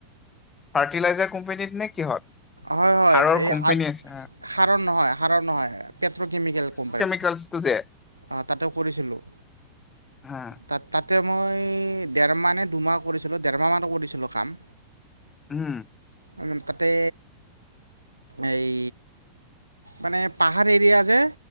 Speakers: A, on the left; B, on the right.
A: ফাৰ্টিলাইজাৰ কোম্পেনীত নে কিহত?
B: হয় হয়,
A: সাৰৰ
B: এই
A: কোম্পেনী আছে
B: সাৰ নহয় সাৰৰ নহয়, পেট্ৰ' কেমিকেল কোম্পানী।
A: কেলছটোযে <unintelligible>
B: অ', তাতে কৰিছিলোঁ।
A: হা
B: তাত তাতে মই ডেৰমাহ নে দুমাহ কৰিছিলোঁ, ডেৰমাহ মানো কৰিছিলোঁ কাম।
A: উম।
B: উম তাতে এই, মানে পাহাৰ এৰিয়া যে